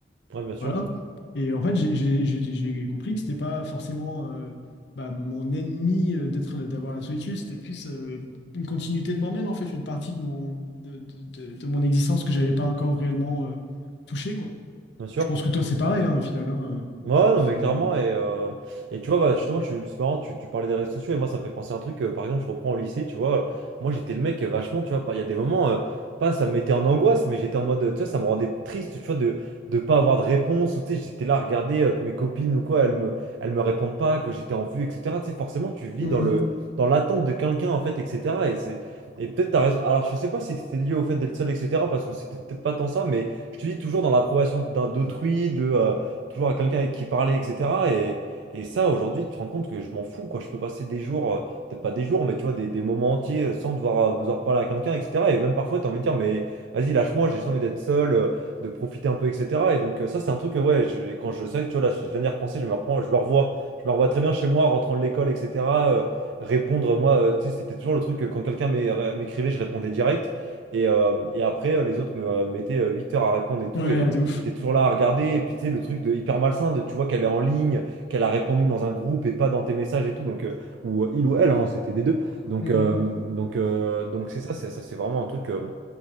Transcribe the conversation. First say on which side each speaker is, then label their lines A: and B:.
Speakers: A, on the right; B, on the left.
A: Ouais, bien sûr.
B: voilà. Et en fait, j'ai j'ai- j'ai- j'ai compris que c'était pas forcément euh, bah, mon ennemi euh, d'être d'avoir la solitude, c'était plus euh, une continuité de moi-même, en fait, une partie de mon, de, de- de- de mon existence que j'avais pas encore réellement euh, touchée, quoi.
A: Bien sûr.
B: Je pense que toi, c'est pareil, hein, au final. hein,
A: Ouais, ouais,
B: euh,
A: non,
B: c'est...
A: mais clairement, et, euh, et tu vois, bah, justement, tu- c'est marrant, tu, tu parlais des réseaux sociaux, et moi, ça me fait penser à un truc, euh, par exemple, je reprends au lycée, tu vois, euh, moi, j'étais le mec euh, vachement, tu vois, pas- il y a des moments, euh, pas ça me mettait en angoisse, mais j'étais en mode, euh, tu vois, ça me rendait triste, tu vois, de de pas avoir de réponse, ou tu sais, j'étais là à regarder euh, que mes copines ou quoi, elles me, elles me répondent pas, que j'étais en vue, etc. Tu sais, forcément, tu vis
B: Mm.
A: dans le, dans l'attente de quelqu'un, en fait, etc. Et c'est, et peut-être t'as raison, alors je sais pas si c'était lié au fait d'être seul, etc., parce que c'était peut-être pas tant ça, mais je te dis toujours dans l'approbation d'un- d'autrui, de... euh, toujours à quelqu'un avec qui parler, etc. Et, et ça, aujourd'hui, tu te rends compte que je m'en fous, quoi. Je peux passer des jours, euh, peut-être pas des jours, mais tu vois, des, des moments entiers euh, sans devoir, euh, devoir parler à quelqu'un, etc. Et même parfois, tu as envie de dire, mais vas-y, lâche-moi, j'ai juste envie d'être seul, euh, de profiter un peu, etc. Et donc, euh, ça, c'est un truc que, ouais, je- quand je sais que, tu vois, là, je viens d'y repenser, je me reprends, je me revois. Je me revois très bien chez moi, rentrant de l'école, etc. euh, répondre, moi, euh, tu sais, c'était toujours le truc que quand quelqu'un m'é- m'écrivait, je répondais direct. Et, euh, et après, euh, les autres me euh, mettaient euh, 8 heures à répondre et tout.
B: Ouais,
A: et
B: de ouf.
A: et t'es toujours là à regarder, et puis tu sais, le truc de hyper malsain, de, tu vois qu'elle est en ligne, qu'elle a répondu dans un groupe et pas dans tes messages et tout, donc, euh, ou euh, il ou elle, hein, c'était des deux. Donc,
B: Mmh.
A: euh, donc, euh, donc c'est ça, c'est ça, c'est vraiment un truc. euh,